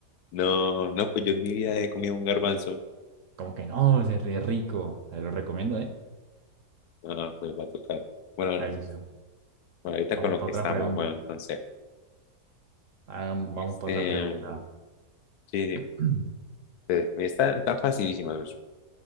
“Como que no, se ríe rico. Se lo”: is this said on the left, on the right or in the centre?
Right